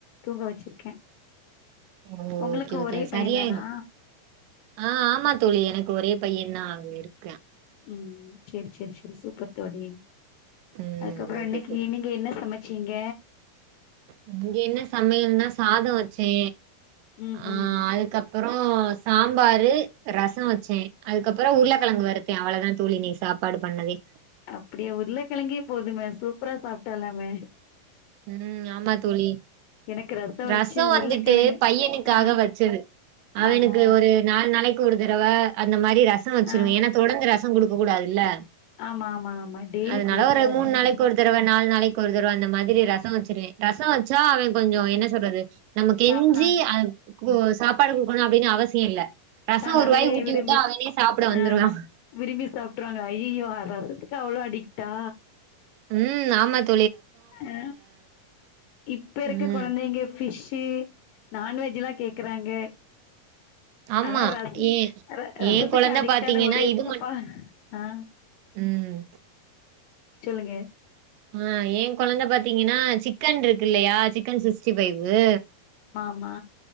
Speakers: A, on the left (about 75°); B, on the right (about 80°).
A: தூங்க வச்சிருக்கே
B: ஓகே
A: உங்களுக்கு
B: ஓகே
A: ஒரே
B: அது
A: பையன்
B: சரியாயிரு
A: தானா
B: ஆ ஆமா தோழி எனக்கு ஒரேப் பைய தா அவ ஒருத்த
A: ம் செரி செரி செரி சூப்பர் தோழி
B: ம்
A: அதுக்கப்பறோ
B: ஓகே
A: இன்னைக்
B: தோழி
A: ஈவ்னிங் என்ன சமச் சீங்க
B: இங்க என்ன சமயல்னா சாத வச்சே
A: ம்
B: அ
A: ம்
B: அதுக்கப் பறோ சாம்பாரு ரசோ வச்சே அதுக்கப்புறோ உருளக்கெழங்கு வறுத்தே அவ்வளதா தோழி இன்னிக் சாப்பாடு பண்ணதே
A: அப்டியா உருளக்கெழங்கே போதுமே சூப்பரா சாப்ட்டலாமே
B: ம் ஆமா தோழி
A: எனக்கு
B: ரசோ
A: வச்சு
B: வந்துட்டு
A: உருளக்கெழங்கு
B: பையனுக்காக
A: ஆ
B: வச்சது அவனுக்கு
A: ஆஹா
B: ஒரு நால் நாளைக் கொரு தடவ அந்த மா ரி ரசோ வச்சிருவே
A: ஆ
B: ஏனா தொடந்து ர சோ குடுக்க கூடாதுல்ல
A: ஆமா ஆமா ஆமா டெய்லி
B: அதனால
A: குடுக்க
B: ஒரு
A: கூடாது
B: மூணு நாளைக்கு
A: அ
B: ஒரு தடவ நாலு நாளைக்கு ஒரு தடவ அந்த மா திரி ரசோ வச்சிருவே ரசோ வச்சா அவ கொஞ்சோ என்ன சொல்றது நம்ம கெஞ்சி
A: சாப்புடுவாங்க
B: அத் கு சாப் ப்பாடு குடுக்கணு அப்டினு அவசியே இல்ல ரசோ
A: தானாவே
B: ஒரு வாய் ஊட்டி
A: விரும்பி
B: வுட்டா அவனே சாப்ட வந்துருவா
A: அ விரும்பி சாப்பட்ருவாங்க அய்யியோ ரசத்துக்கு அவ்ளோ அடிக்டா
B: ம் ஆமாத்
A: அ இப்ப இருக்க
B: ம்
A: குழந்தைங்க ஃபிஷ் ஸு நான்வெஜ்ஜில்லா கேக்குறாங்க
B: ஆமா
A: ஆனா ரச
B: ஏ
A: ர ரசத்துக்கு
B: ஏ கொழந்த
A: அடிக்ட்
B: பாத்தீங்கன்னா
A: ஆன ஒரே
B: இது
A: பாப்பா
B: மட்
A: அ
B: ம்
A: சொல்லுங்க
B: ஆ ஏ கொழந்த பாத்தீங்கன்னா சிக்கன் ருக் இல்லயா சிக் கன் சிஸ்டி ஃபைவு
A: மா